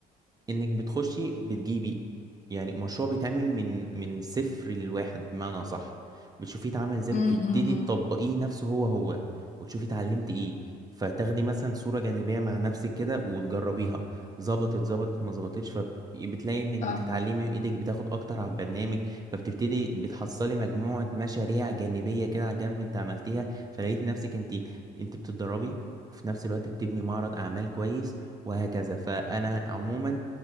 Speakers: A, on the right; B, on the left.
A: انك بتخشي بتجيبي يعني مشروع بيتعمل من من صفر لواحد بمعنى صح بتشوفيه اتعمل ازاي
B: امم
A: وتبتدي
B: امم
A: تطبقيه نفسه هو هو وتشوفي اتعلمت ايه فتاخدي مثلا صورة جانبية مع نفسك كده وتجربيها ظبطت ظبطت ما ظبطتش فبتلاقي انك
B: صح
A: بتتعلمي وايدك بتاخد اكتر على البرنامج فبتبتدي بتحصلي مجموعة مشاريع جانبية كده على الجنب انت عملتيها فلقيت نفسك انت انت بتتدربي وفي نفس الوقت بتبني معرض اعمال كويس وهكذا فانا عموما